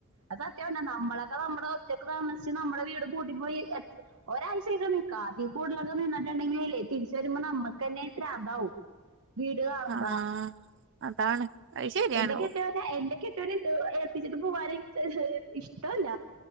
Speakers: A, on the right; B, on the right.
A: അത്- സത്യമണ്ട നമ്മളൊക്കെ നമ്മുടെ- ക്കാമച്ച് നമ്മുടെ വീട് പൂട്ടി പോയി. ഒരാഴ്ചക്ക നിക്കക്ക അതി- കൂതലക്കെ, നിന്നിട്ടുണ്ടെങ്കിൽല്ലേ തിരിച്ച് വരുമ്പോ നമുക്ക്ന്നെ ഇത്ര- അതാവും. വീട് കാണുമ്പോ
B: ആഹ് അതാണ് അത് ശരിയാണ്
A: എന്റെ- കെട്ടിയോൻ-
B: ഓ
A: എന്റെ കെട്ടിയോൻ ഇത്- ഏൽപ്പിച്ചിട്ട് പോവാന് എനിക്ക്- ഇഷ്ടല്ല.